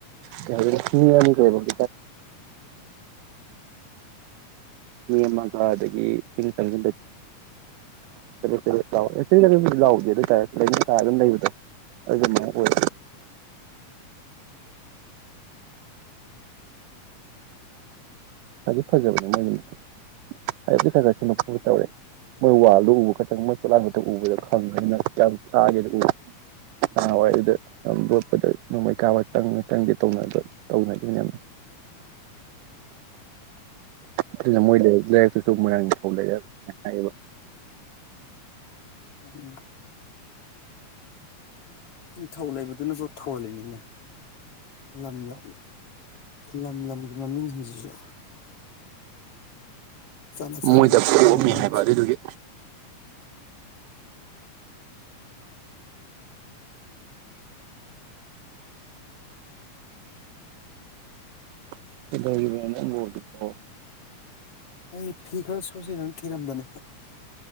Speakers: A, on the right; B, on the left.
A: ꯀꯩ ꯍꯥꯏ ꯍꯤꯡꯉꯅꯤꯒ꯭ꯔꯦꯕ ꯃꯤ ꯑꯃꯒ ꯑꯗꯒꯤ ꯏꯤꯡ ꯆꯪꯟ ꯆꯦꯦ ꯂꯥꯎꯗꯦ ꯑꯗꯨꯇꯥꯔꯦ ꯑꯗꯨꯝ ꯂꯩꯕꯗꯣ ꯑꯗꯨꯃꯥꯏ ꯑꯣꯏ ꯈꯗꯤ ꯐꯖꯕꯅꯦ ꯃꯣꯏꯒꯤꯁ ꯍꯥꯏꯗꯤ ꯈꯔ ꯈꯔ ꯁ ꯇꯧꯔꯦ ꯃꯣꯏ ꯋꯥꯜꯗꯣ ꯎꯕ ꯈꯛꯇꯪ ꯃꯣꯏ ꯈꯨꯠꯂꯥꯄꯗ ꯎꯕꯗ ꯈꯪꯕꯅꯤꯅ ꯀ ꯊꯥꯒꯦꯅ ꯎ ꯍꯋꯥꯏ ꯑꯗꯨꯗ ꯌꯥꯝ ꯂꯣꯠꯄꯗ ꯅꯣꯡꯃꯩ ꯀꯥꯕ ꯆꯪꯉ ꯆꯪꯗꯦ ꯇꯧꯅꯕ ꯇꯧꯅꯈꯤꯕꯅꯤꯌꯥꯝꯅ ꯑꯗꯨꯅ ꯃꯣꯏ ꯂꯩꯥꯏꯔꯛꯇꯨꯁꯨ ꯃꯣꯏꯔꯥꯡ ꯅꯤꯡꯊꯧ ꯂꯩꯔ ꯍꯥꯏꯌꯦꯕ
B: ꯎꯝ ꯅꯤꯡꯊꯧ ꯂꯩꯕꯗꯨꯅꯕꯨ ꯊꯧꯍꯜꯂꯤꯅꯤꯅꯦ ꯂꯝ ꯂꯝ ꯂꯝ ꯂꯝꯒꯤ ꯃꯃꯤꯡꯁꯤꯡꯁꯤꯁꯨ ꯆꯥꯟꯅ ꯆꯥꯟꯅꯅ
A: ꯃꯣꯏꯗ ꯄꯣꯛꯑꯝꯃꯤ
B: ꯂꯣꯏ ꯂꯩꯔꯝꯃꯤ ꯃꯌꯥꯝꯁꯦ
A: ꯍꯥꯏꯕ ꯑꯗꯨꯗꯨꯒꯤ ꯏꯗꯅꯇꯣ
B: ꯑꯩ ꯐꯤ ꯈꯔ ꯁꯣꯁꯤꯔꯅ ꯊꯤꯔꯝꯕꯅꯦ